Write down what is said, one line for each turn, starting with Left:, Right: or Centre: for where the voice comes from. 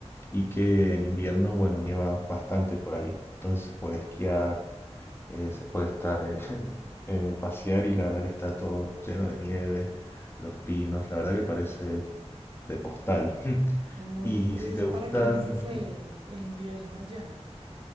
Left: y que en invierno, bueno, nieva bastante por ahí. Entonces se puede esquiar, eh, se puede estar, eh, <laughs> eh, pasear y la verdad que está todo lleno de nieve, los pinos, la verdad que parece de postal. <laughs>
Right: Tan bonito,
Left: Y si
Right: ¿y eso
Left: te gustan,
Right: para qué meses es el invierno allá?